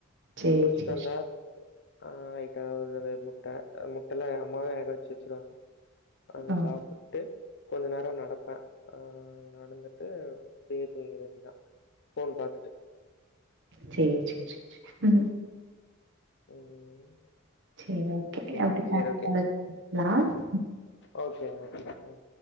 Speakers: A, on the right (about 60°); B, on the left (about 55°).
A: சேரி
B: முடிச்சுட்டு
A: சேரி
B: வந்தா ஆய் அ அது நெறைய முட்ட முட்டலா எ அம்மாவே வேக வெச்சு வெச்சிருவாங்க அவுங்க
A: ஓகே
B: சாப்பிட்டு கொஞ்சம் நேரம் நடப்பேன் நடந்துட்டு போய் தூங்க வேண்டிதான் ஃபோன் பார்த்துட்டு
A: சே சே சே ம்
B: ம்.
A: சேரி ஓகே
B: ஓகேங்க.
A: அப்டி
B: சரி
A: <unintelligible>
B: ஓகே ம் ம்